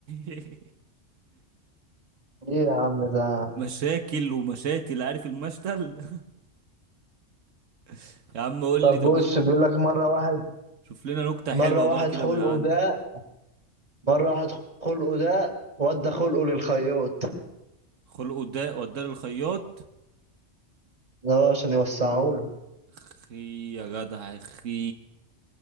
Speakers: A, on the right; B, on the right.
A: <laughs>
B: ليه يا عم ده؟
A: مشاكل ومشاتل عارف المشتل <laughs> يا عم قول لي
B: طب
A: طب
B: بص
A: قول لي
B: بيقول لك مرة واحد
A: شوف لنا نكتة
B: مرة
A: حلوة
B: واحد
A: بقى كده
B: خلقه
A: من عندك
B: ده مرة واحد خلقه ده ودى خلقه للخياط
A: خلقه ده وداه للخياط
B: اه عشان يوسعه له
A: اخي يا جدع اخي